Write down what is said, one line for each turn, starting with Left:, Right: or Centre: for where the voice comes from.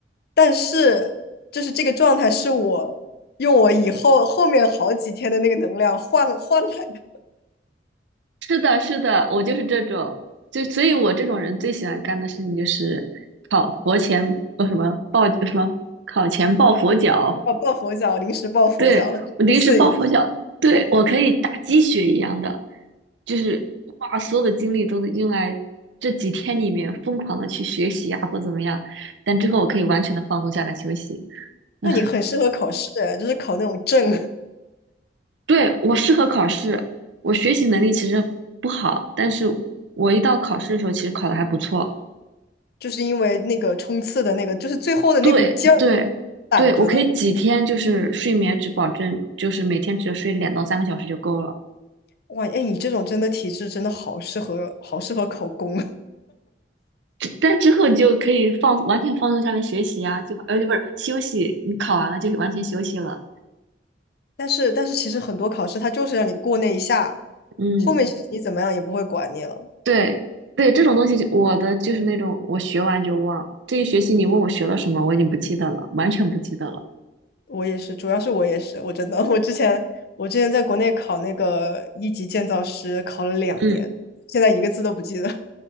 Left: 但是就是这个状态是我用我以后后面好几天的那个能量换换来的，
Right: 是的，是的，我就是这种，就所以，我这种人最喜欢干的事情就是考佛前，呃，什么抱什么考前抱佛脚，
Left: 哦，抱佛脚，临时抱佛脚，
Right: 对，我临时抱佛脚，
Left: 冲刺一下。
Right: 对，我可以打鸡血一样的，就是把所有的精力都用来这几天里面疯狂的去学习啊，或怎么样，但之后我可以完全的放松下来休息。<laughs> 嗯，
Left: 那你很适合考试，就是考那种证，
Right: 对，我适合考试，我学习能力其实不好，但是我一到考试的时候，其实考的还不错。
Left: 就是因为那个冲刺的那个，就是最后的那股劲儿
Right: 对对对，
Left: 攒着呢。
Right: 我可以几天就是睡眠只保证就是每天只睡两到三个小时就够了，
Left: 哇，哎，你这种真的体质真的好适合，好适合考公。<laughs>
Right: <laughs> 之但之后你就可以放完全放松下来学习啊，就呃不是休息，你考完了就完全休息了。
Left: 但是但是其实很多考试它就是让你过那一下，
Right: 嗯，
Left: 后面其实你怎么样也不会管你了。
Right: 对对，这种东西就我的就是那种我学完就忘，这一学期你问我学了什么，我已经不记得了，完全不记得了。
Left: 我也是，主要是我也是，我真的，我之前我之前在国内考那个一级建造师，考了两年，
Right: 嗯，
Left: 现在一个字都不记得。